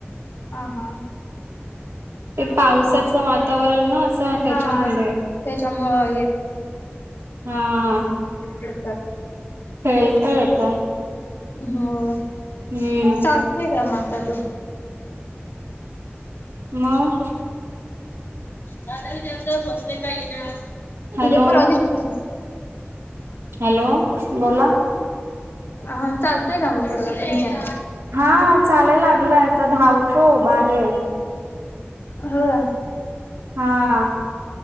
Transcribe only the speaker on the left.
हा हा
वा
हा त्याच्यामुळं
करतात
होय.
चालतोय का मग आता तो?
दादा विचारतात, पोचले का? <unintelligible>
उद्या परवा दिवशी पोचणार.
हा चालतय का म पोरगा तुमचा?
होय